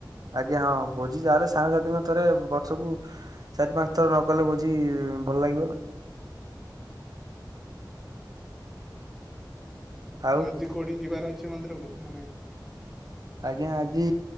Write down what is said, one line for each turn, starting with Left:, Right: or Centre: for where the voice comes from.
Right: ଆଜ୍ଞା ହଁ ଭୋଜି ଚାଲେ ସାଙ୍ଗସାଥିୀଙ୍କ ଥରେ ବର୍ଷକୁ ଚାରି ପାଞ୍ଚ ଥର ନ କଲେ ଭୋଜି ଭଲ ଲାଗିବ ନା। <inaudible> ଆଉ
Centre: ଆଜି କୋଉଠି ଯିବାର ଅଛି ମନ୍ଦିରକୁ ନା ନାହିଁ
Right: ଆଜ୍ଞା ଆଜି